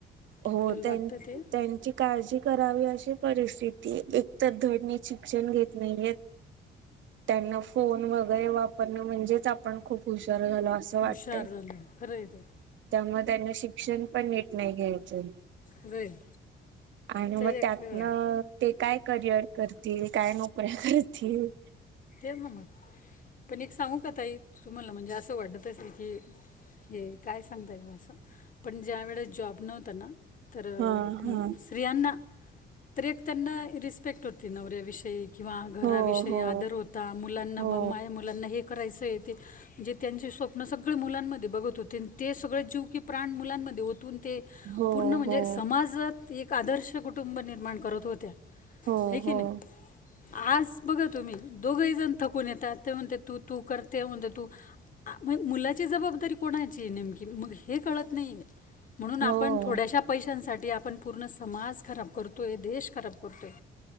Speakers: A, on the right; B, on the left.
A: हो,
B: आपल्याला
A: त्यां
B: वाटतं ते
A: त्यांची काळजी करावी अशी परिस्थिती आहे, एकतर धड नीट शिक्षण घेत नाहीयेत. त्यांना फोन वगैरे वापरणं म्हणजेच आपण खूप हुश शार झालं असं वाटतंय,
B: हुशार झालं खरं आहे ते
A: त्यामुळे त्यांना शिक्षण पण नीट नाही घे च
B: खरं आहे
A: आणि
B: ते
A: मग
B: एक
A: त्यातनं ते काय करिअर करतील, काय नोकऱ्या करतील?
B: तेच ना मग पण एक सांगू का ताई? तुम्हाला म्हणजे असं वाटत असल की हे काय सांगताएत‌ बा असं, पण ज्या वेळेस जॉब नव्हतं ना तर अ
A: हा हा
B: स्त्रियांना तर एक त्यांना रिस पेक्ट होती नवऱ्याविषयी किंवा घराविषयी
A: हो हो
B: आदर होता, मुलांना
A: हो
B: म माया मुलांना हे करायचंय ते, म्हणजे त्यांचे स्वप्न सगळे मुलांमध्ये बघत होते अन ते सगळे जीव की प्राण मुलांमध्ये हो तून ते
A: हो
B: पूर्ण म्हणजे
A: हो
B: समाजात एक आदर्श कुटुंब निर्माण करत होत्या. हाय
A: हो
B: की
A: हो
B: नाही, आज बघा तुम्ही दोघही जण थकून येतात, ते म्हणतेत तू तू कर ते म्हणते तू आ मग मुलाची जबाबदारी कोणाची आहे नेमकी? मग हे कळत नाहीये. म्हणून
A: हो.
B: आपण थोड्याश्या पैशांसाठी आपण पूर्ण समाज खराब करतोय, देश खराब करतोय.